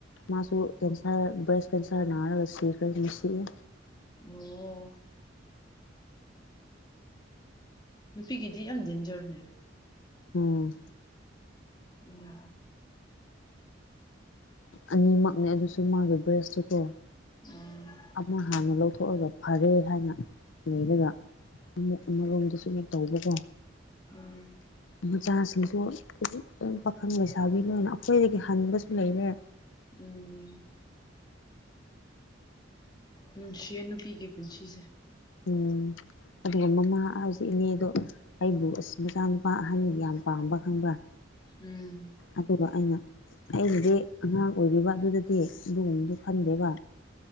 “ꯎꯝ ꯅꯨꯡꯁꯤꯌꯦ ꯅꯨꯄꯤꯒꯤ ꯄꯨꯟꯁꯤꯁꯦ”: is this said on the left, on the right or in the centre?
Left